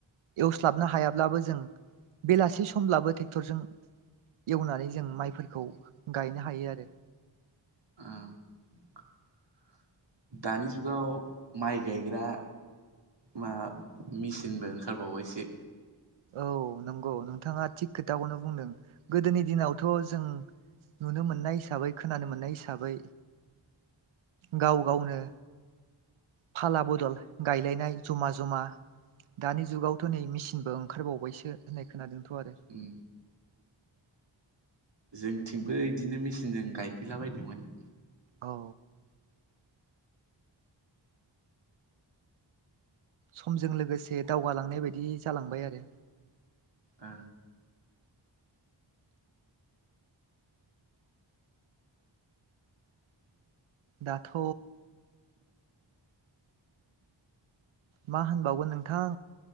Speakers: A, on the right; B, on the right.
A: एवस्लाबनो हायाब्लाबो जों बेलासि समब्लाबो ट्रेक्टरजों एवनानै जों माइफोरखौ गायनो हायो आरो
B: औ दानि जुगाव माइ गायग्रा मा मेसिनबो ओंखारबावबायसो।
A: औ नंगौ नोंथाङा थिग खोथाखौनो बुंदों गोदोनि दिनावथ' जों नुनो मोननाय हिसाबै खोनानो मोननाय हिसाबै गाव गावनो फाला बदल गायलायनाय जमा जमा दानि जुगावथ नै मेचिनबो ओंखार ओंखारबावबायसो होननाय खोनादोंथ आरो
B: उम जोंथिंबो इदिनो मेचिनजों गायफैलाबायदोंमोन।
A: औ समजों लोगोसे दावगालांनाय बायदि जालांबाय आरो
B: ओ
A: दाथ' मा होनबावगोन नोंथां